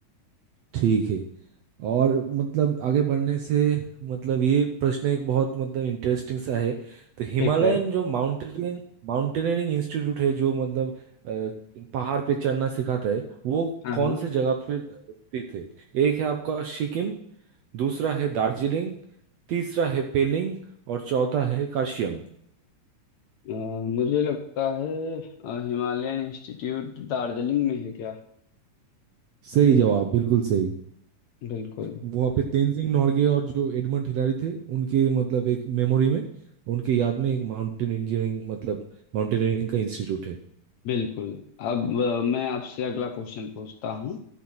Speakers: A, on the right (about 70°); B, on the left (about 70°).
A: ठीक है और मतलब आगे बढ़ने से मतलब ये प्रश्न एक बहुत मतलब इंटरेस्टिंग सा है तो हिमालयन
B: ठीक है
A: जो माउंटेनियरिंग माउंटेनियरिंग इंस्टीट्यूट है जो मतलब अ, पहाड़ पे चढ़ना सिखाता है वो
B: हाँ
A: कौन
B: हाँ
A: से जगह पे स्थित है एक है आपका सिक्किम दूसरा है दार्जिलिंग तीसरा है पेलिंग और चौथा है कार्शियंग
B: अ, मुझे लगता है अ, हिमालयन इंस्टीट्यूट दार्जिलिंग में है क्या
A: सही जवाब बिल्कुल सही
B: बिल्कुल
A: वहाँ पे तेनजिंग नोर्गे और जो एडमंड हिलारी थे उनके मतलब एक मेमोरी में उनके याद में एक माउंटेन इंजीनियरिंग मतलब माउंटेनियरिंग का इंस्टीट्यूट है
B: बिल्कुल अब अ, मैं आपसे अगला क्वेश्चन पूछता हूँ